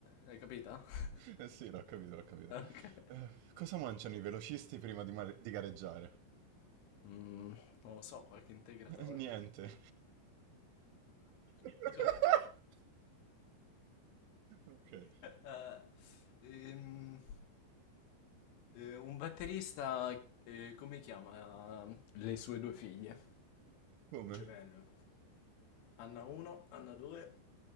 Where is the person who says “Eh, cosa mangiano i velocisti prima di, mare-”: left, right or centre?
Right